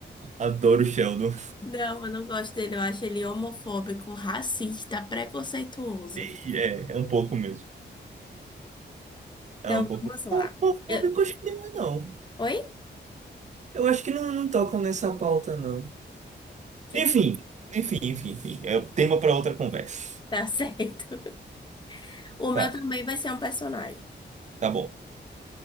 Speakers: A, on the right; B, on the left.
A: Adoro o Sheldon.
B: Não, eu não gosto dele. Eu acho ele homofóbico, racista, preconceituoso.
A: E é, é um pouco mesmo. É
B: Então,
A: um pouco
B: vamos lá.
A: homofóbico,
B: Eu-
A: acho que não é, não.
B: Oi?
A: Eu acho que não, não tocam nessa pauta, não.
B: Que
A: Enfim,
B: tá
A: enfim, enfim, enfim. É tema para outra conversa.
B: <laughs> certo. O meu
A: Tá,
B: também vai ser um personagem.
A: tá bom.